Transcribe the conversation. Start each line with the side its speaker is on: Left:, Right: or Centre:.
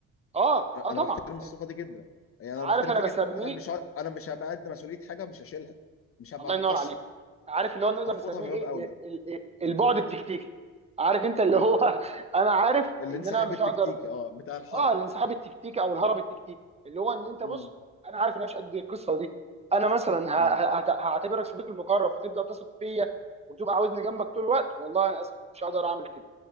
Right: اه
Left: انا
Right: اه طبعا
Left: أنا بحترم الصفه
Right: يعني
Left: دي جدا يعني
Right: عارف
Left: انا بحترم
Right: انا
Left: فكره
Right: بسميه
Left: انا مش ه- انا مش هبقى قد مسؤوليه حاجه مش هشيلها مش هبقى
Right: الله
Left: مقصر
Right: ينور عليك عارف اللي هو نقدر
Left: ارفضها
Right: نسميه
Left: من
Right: ايه
Left: باب اولى
Right: ال- ال- إيه؟ البعد
Left: م-
Right: التكتيكي عارف انت اللي
Left: م.
Right: هو <laughs> انا عارف
Left: الانسحاب
Right: ان انا مش
Left: التكتيكي
Right: هقدر
Left: اه بتاع الحرب
Right: اه الانسحاب التكتيكي او الهرب التكتيكي اللي هو ان انت
Left: م-
Right: بص انا عارف ان انا مش قد القصه دي انا مثلا
Left: م-
Right: ه- ه- هت- هعتبرك صديقي المقرب فتبدا تثق فيا وتبقى عاوزني جنبك طول الوقت والله انا اسف مش هقدر اعمل كده